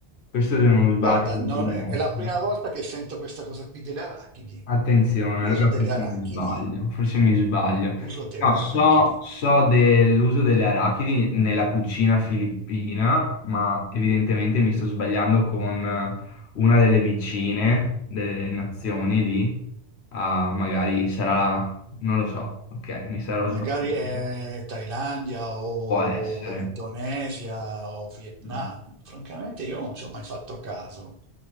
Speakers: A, on the left (about 70°); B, on the right (about 55°).
A: questo se non sbaglio.
B: Guarda,
A: non
B: non- è
A: è messo.
B: la prima volta che sento questa cosa qui delle arachidi.
A: Attenzione,
B: L'uso
A: allora
B: delle
A: forse
B: arachidi,
A: mi sbaglio, forse mi sbaglio.
B: l'uso delle
A: No,
B: arachidi.
A: so, so dell'uso delle arachidi nella cucina filippina, ma evidentemente mi sto sbagliando con eh, una delle vicine delle nazioni lì. Ah, magari sarà la... non lo so, ok, mi sarò
B: Magari
A: sbagliato.
B: è Thailandia o
A: Può essere.
B: Indonesia o Vietnam.
A: Mm,
B: Francamente io non ci ho mai fatto caso,